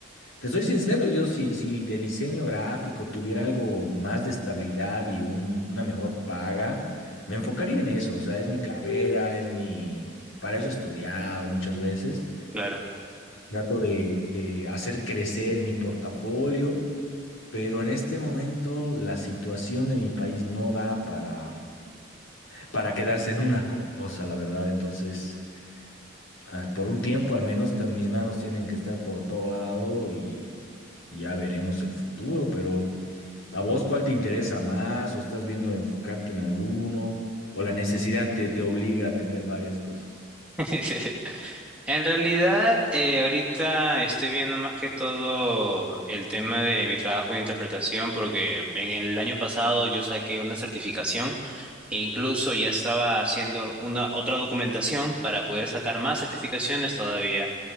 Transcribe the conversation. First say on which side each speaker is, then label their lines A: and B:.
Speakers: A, on the left; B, in the centre.
A: Te soy sincero, yo si, si de diseño gráfico tuviera algo más de estabilidad y un- una mejor paga, me enfocaría en eso, o sea, es mi carrera, es mi... Para eso he estudiado muchas veces.
B: Claro.
A: Trato de, de hacer crecer mi portafolio, pero en este momento la situación de mi país no da para, para quedarse en una cosa, la verdad. Entonces, ah, por un tiempo al menos te- mis manos tienen que estar por todo lado y, y ya veremos el futuro, pero ¿a vos cuál te interesa más o estás viendo enfocarte en alguno o la necesidad te, te obliga a tener varias cosas?
B: <laughs> En realidad, eh, ahorita estoy viendo más que todo el tema de mi trabajo de interpretación porque en el año pasado yo saqué una certificación e incluso ya estaba haciendo una otra documentación para poder sacar más certificaciones todavía